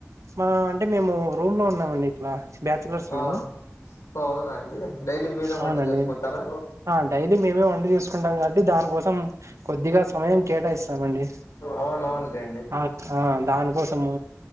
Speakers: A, on the right; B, on the left.
A: మా అంటే మేము రూమ్ లో ఉన్నామండి ఇట్లా బ్యాచలర్స్
B: ఆ
A: మేము
B: అవునా అండి డైలీ మీరే వంట
A: అవునండి
B: చేసుకుంటారా
A: ఆ డైలీ మేమే వంట చసుకుంటాం. కాబట్టి దానికోసం కొద్దిగా సమయం కేటాయిస్తామండి.
B: అవునవునులేండి
A: ఆ ఆ దానికోసము